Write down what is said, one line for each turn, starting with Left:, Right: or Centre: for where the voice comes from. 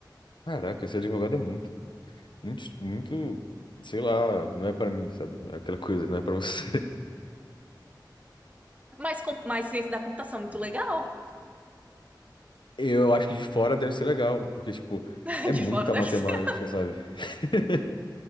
Left: Caraca, esse advogado é muito, muito, muito, sei lá, não é pra mim, sabe? É aquela coisa, não é pra você.
Right: Mas, com... Mas ciência da computação, é muito
Left: <laughs>
Right: legal.
Left: Eu acho que de fora deve ser legal, porque, tipo,
Right: <laughs>
Left: é muita
Right: De fora deve
Left: matemática,
Right: ser.
Left: sabe? <laughs>